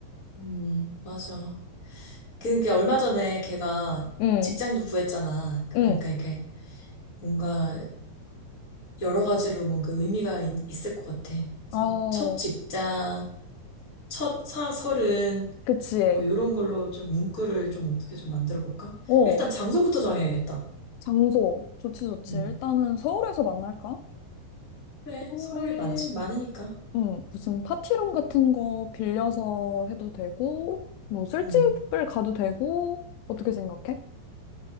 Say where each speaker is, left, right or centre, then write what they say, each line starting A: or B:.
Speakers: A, on the left (about 25°); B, on the left (about 85°).
A: 음, 맞아. 그러니까 얼마 전에 걔가
B: 응,
A: 직장도 구했잖아. 그러니까
B: 응.
A: 이게 뭔가 여러 가지로 뭔가 의미가 있, 을것 같아. 그래서
B: 어,
A: 첫 직장, 첫 사, 서른,
B: 그치.
A: 뭐, 이런 걸로 좀 문구를 좀 어떻게 좀 만들어 볼까?
B: 어,
A: 일단 장소부터 정해야겠다.
B: 장소. 좋지, 좋지.
A: 음.
B: 일단은 서울에서 만날까?
A: 그래,
B: 서울에
A: 서울이 많지, 많으니까.
B: 응, 무슨 파티룸 같은 거 빌려서 해도 되고, 뭐 술집을
A: 음,
B: 가도 되고, 어떻게 생각해?